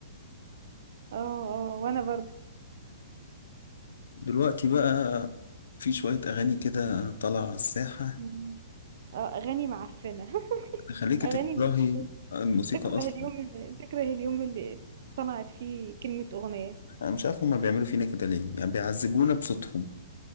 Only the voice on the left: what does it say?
دلوقتي بقى في شويه اغاني كده طالعه على الساحه
تخليكي
تكرهي
الموسيقى
أصلا
أنا مش عارف هما بيعملوا فينا كده ليه يعني بيعذبونا بصوتهم